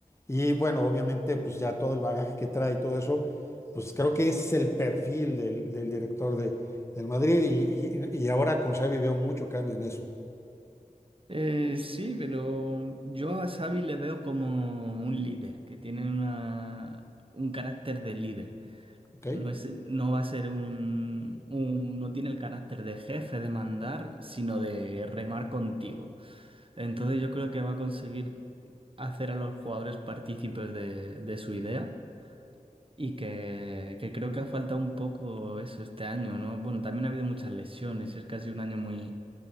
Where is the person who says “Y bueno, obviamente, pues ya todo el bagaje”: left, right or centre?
Left